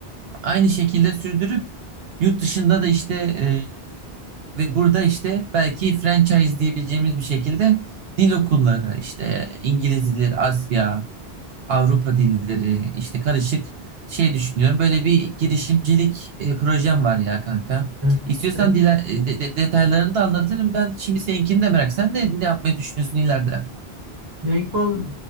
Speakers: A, on the right; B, on the right.
A: aynı şekilde sürdürüp yurt dışında da işte e, ve burada işte belki franchise diyebileceğimiz bir şekilde dil okulları işte İngiliz dilleri, Asya, Avrupa dilleri işte karışık şey düşünüyorum. Böyle bir girişimcilik e, projem var ya kanka.
B: Ha,
A: İstiyorsan
B: Sen,
A: diler, e, de- de- detaylarını da anlatırım. Ben şimdi seninkini de merak. Sen de ne yapmayı düşünüyorsun ileride?
B: ya İkbal